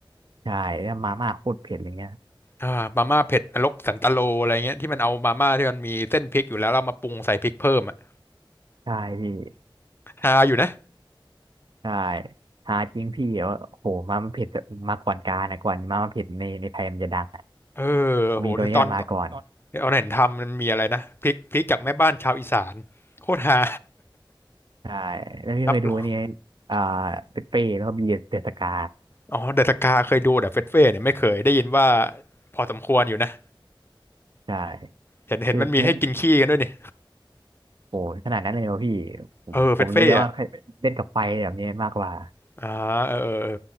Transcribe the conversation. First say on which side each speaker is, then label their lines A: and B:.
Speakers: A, on the right; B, on the left.
A: ใช่แล้วมาม่าโคตรเผ็ดอย่างเงี้ย
B: อ่ามาม่าเผ็ดนรกสันตโลอะไรเงี้ยที่มันเอามาม่าที่มันมีเส้นพริกอยู่แล้วเรามาปรุงใส่พริกเพิ่มอ่ะ
A: ใช่พี่
B: ฮาอยู่นะ
A: ใช่หาจริงพี่เออโอ้โหมาม่าเผ็ดมาก่อนการนะก่อนมาม่าเผ็ดในในไทยมันจะดังอะ
B: เออโหตอนตอนเห็นทำมันมีอะไรนะพริกพริกจากแม่บ้านชาวอีสานโคตรฮา
A: มีตัวเนี้ยมาก่อนใช่
B: <laughs>
A: แล้วพี่เคยดูนี่ไง
B: รับรอง
A: อ่าเปเป้แล้วก็บีเดสกา
B: อ๋อเดอะสกาเคยดูแต่เฟสเฟ่เนี่ยไม่เคยได้ยินว่าพอสมควรอยู่นะ
A: ใช่
B: เห็นเห็นมันมีให้กินขี้กันด้วยนี่
A: คือมุกโอ้โหขนาดนั้นเลยเหรอพี่ผมผมรู้เลยว่า
B: เออเฟสเฟ่อะ
A: เล่นกับไฟแบบนี้มากกว่า
B: อ่าเออเออเออ